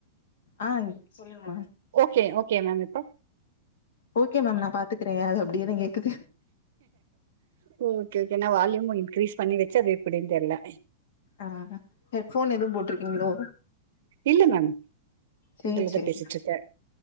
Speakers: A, on the left; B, on the right.
A: ஆ சொல்லுங்க
B: ஓகே ஓகே மேம் இப்போ
A: ஓகே மேம் நான் பாத்துக்குற அது அப்படியே தான் கேக்குது
B: ஓகே ஓகே நான் வால்யூமு இன்கிரீஸ் பண்ணி வச்ச அது எப்படினு தெரியில
A: ஆஹ் ஹெட்போன் எதுவு போட்டிருக்கீங்களோ
B: இல்ல மேம்
A: சேரி
B: இந்தலதா
A: சேரி
B: பேசிட்ருக்கே